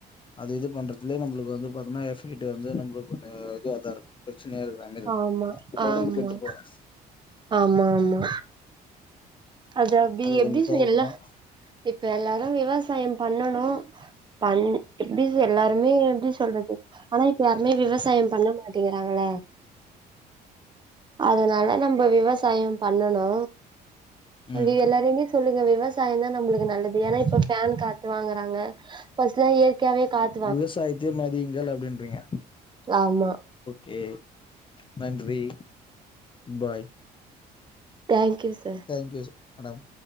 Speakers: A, on the left; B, on the right.
A: அது இது பண்றதுலயே நம்மளுக்கு வந்து பாத்தன்னா எஃப்பெக்ட்டு வந்து நம்மளுக்கு இதுவ தா இருக்கு பிரச்சனையா இருக்கு
B: ஆமா
A: <unintelligible> உடம்பு
B: ஆமா
A: கெட்டு போவு
B: ஆமா ஆமா அத அப்டி எப்டிச
A: கொஞ்சோ தவிர்க்கணு
B: எல்லா இப்ப எல்லாரு விவசாயம் பண்ணணு பண் எப்டிச எல்லாருமே எப்டி சொல்றது ஆனா இப்ப யாருமே விவசாயம் பண்ண மாட் டிங்கறாங்கள அதனால நம்ப விவசாயம் பண்ணணு அது
A: ம்
B: எல்லாரான்டியு சொல்லுங்க விவா விவசாயம் தா நம்பளுக்கு நல்லது ஏன்னா இப்ப பேன் காத்து வாங்குறாங்க பஸ்ட்டு இயற் கையாவே காத்
A: விவசாயத்தே மதியுங்கள் அப்டின்றீங்க
B: ஆமா
A: கே நன்றி பாய்
B: தேங்க் யூ சா
A: தேங்க் யூ ஸ் மேடம்